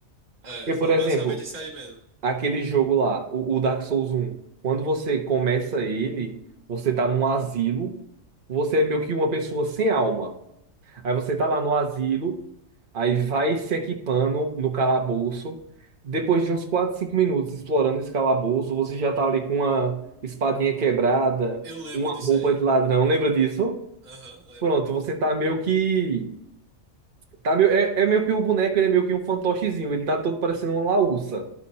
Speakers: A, on the right (about 80°); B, on the right (about 45°).
A: É,
B: Porque,
A: foi
B: por exemplo,
A: basicamente isso aí mesmo.
B: aquele jogo lá, o, o Dark Souls 1, quando você começa ele, você tá num asilo, você é meio que uma pessoa sem alma. Aí você tá lá no asilo, Aí vai se equipando no calabouço. Depois de uns quatro 5 minutos explorando esse calabouço, você já tá ali com uma espadinha quebrada,
A: Eu lembro
B: uma
A: disso
B: roupa
A: aí.
B: de ladrão. Lembra disso?
A: Aham, lembro.
B: Pronto, você tá meio que. Tá meio... É, é meio que o boneco, ele é meio que um fantochezinho. Ele tá todo parecendo uma laúça.